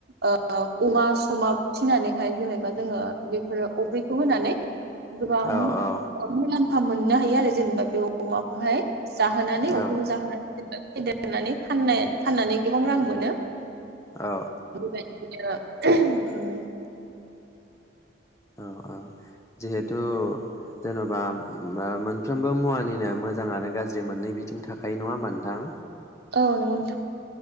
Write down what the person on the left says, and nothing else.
औ औ
औ
औ
औ औ जिहेथु जेनबा मोनफ्रोमबो मुवानिनो मोजां आरो गाज्रि मोननै बिथिं थाखायो नङा होमबा नोंथां